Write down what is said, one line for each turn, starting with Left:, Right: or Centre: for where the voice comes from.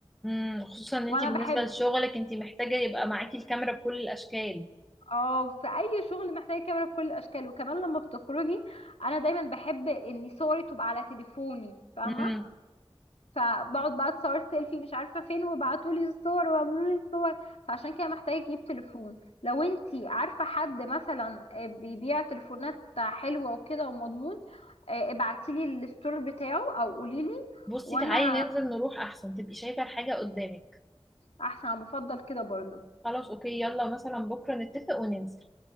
Centre: امم خصوصا ان انت
Left: وانا
Centre: بالنسبه
Left: بحب
Centre: لشغلك انت محتاجه يبقى معاكي الكاميرا بكل الاشكال
Left: اه في اي شغل محتاجه كاميرا بكل الاشكال وكمان لما بتخرجي انا دايما بحب ان صوري تبقى على تليفوني فاهمه
Centre: امم
Left: فبقعد بقى اتصور سيلفي مش عارفه فين وبعتوا لي الصور وعملوا لي الصور فعشان كده محتاجه اجيب تليفون لو انتي عارفه حد مثلا آه، بيبيع تليفونات حلوه وكده ومضمون ابعتي لي الستور بتاعه او قولي لي
Centre: بصي
Left: وانا
Centre: تعالي ننزل نروح احسن تبقي شايفة الحاجة قدامك
Left: احسن انا بفضل كده برضو
Centre: خلاص اوكي يلا مثلا بكرة نتفق وننزل